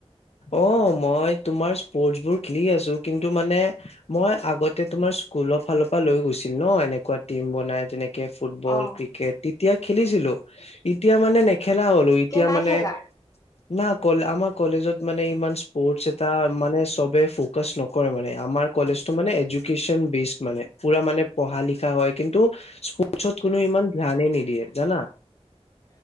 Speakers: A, on the left; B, on the left.
A: অ' মই তোমাৰ স্পৰ্টচ বোৰ খেলি আছো। কিন্তু মানে মই আগতে তোমাৰ স্কুলৰ ফালৰ পৰা লৈ গৈছিল ন এনেকুৱা টিম বনাই। যেনে ফুটবল
B: অ
A: ক্ৰিকেট তেতিয়া খেলিছিলো এতিয়া মানে খেলা হ'লো। এতিয়া
B: নাই
A: মানে
B: খেলা
A: না ক আমাৰ কলেজত মানে ইমান সৰ্ এ মানে চবে ফকাচ নকৰে মানে। আমাৰ কলেজো মানে এ বে মানে পুৰা মানে পঢ়া লিখা হয়। কিন্তু স্পৰ্টছত কোনো ইমান ধ্যানে নিদিয়ে জানা।